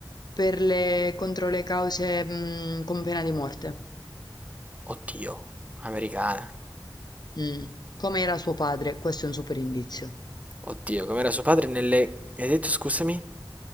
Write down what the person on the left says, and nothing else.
per le, contro le cause mm, con pena di morte,
Mm. come era suo padre. Questo è un super indizio.